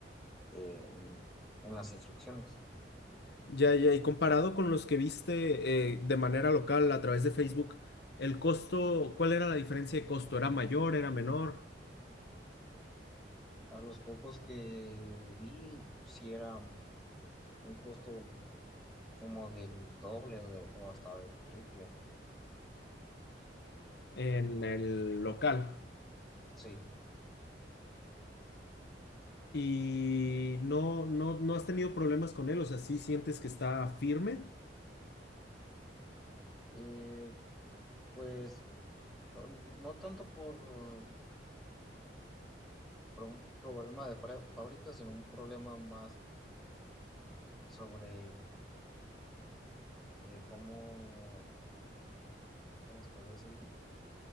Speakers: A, in the centre; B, on the left (about 65°).
A: eh, en las instrucciones.
B: Ya, ya, y comparado con los que viste eh, de manera local a través de Facebook, el costo, ¿cuál era la diferencia de costo? ¿Era mayor, era menor
A: A los pocos que vi, si era un costo como del doble o o hasta del triple,
B: en el local?
A: sí.
B: Y no, no, no has tenido problemas con él, o sea, sí sientes que está firme
A: Eh, pues um, no tanto por por un problema de fra- fábrica, sino un problema más sobre eh, cómo, ¿cómo se podría decir?